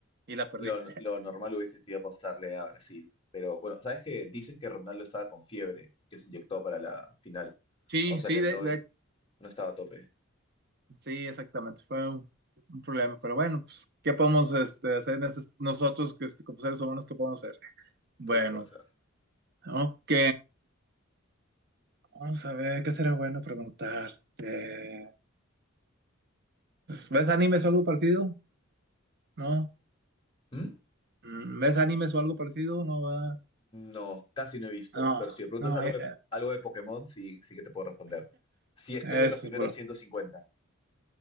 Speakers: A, on the right (about 55°); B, on the left (about 25°).
A: y la perdí.
B: Lo, lo normal hubiese sido apostarle a Brasil. Pero bueno, ¿sabes que Dicen que Ronaldo estaba con fiebre y que se inyectó para la final.
A: Sí,
B: O sea
A: sí,
B: que
A: de-
B: no
A: de-
B: es, no estaba a tope.
A: sí, exactamente, fue un, un problema, pero bueno, pues, ¿qué podemos este, hacer en ese- nosotros que, este, como seres humanos, qué podemos hacer? Bueno,
B: ¿Qué se puede hacer?
A: ok, Vamos a ver, ¿qué será bueno preguntarte. pues, ¿ves animes o algo parecido? ¿No?
B: ¿Mm?
A: Mm, ¿Ves animes o algo parecido? No, ¿verdad?
B: No, casi no he visto.
A: No,
B: Pero si me preguntas
A: no,
B: algo
A: eh,
B: de, algo de Pokémon, sí, sí que te puedo responder. Si es
A: eh,
B: que es de los
A: eso
B: primeros
A: es bueno.
B: 150.